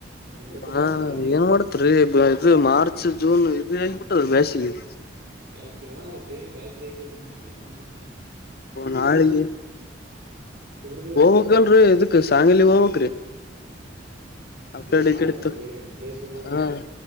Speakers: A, on the right (about 55°); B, on the left (about 55°).
A: ಕಂಡಪಟ್ಟಿ
B: ಹಾ
A: ಬಿಸ್ಲಾದ್ರಿ
B: ಏನ್ ಮಾಡತ್ರಿೀ ಇದು ಮಾರ್ಚ್ ಜೂನ್ ಇದು ಹೇಬಿಟ್ಟದ ಬ ಕ
A: ಗಸ್ <inaudible> ಸೇಮ ಬ್ಯಾಾಸಿಗಗ್ಬಿು ನೋ್ರ ಏನ್ ಮಾಡ
B: ನಾಳೆ
A: ಚಂದ್ರ ಬಿ ಅವ್ರ
B: ಹವಕಲ್ರಿೀ ಎದುಕ್ಕ ಸಾಾಯಾಲ ಹೋಗಕ್ ರೀ <inaudible> ಆ
A: ಇದಕ್
B: ಕಡೆ
A: ಮಹಾರಾಷ್ಟ್ರ
B: ಕತ್ತುು
A: ರೀ ಪ್ಲೇಸ್ಗಳು ನೋಡಕ್ರಿ
B: ಹ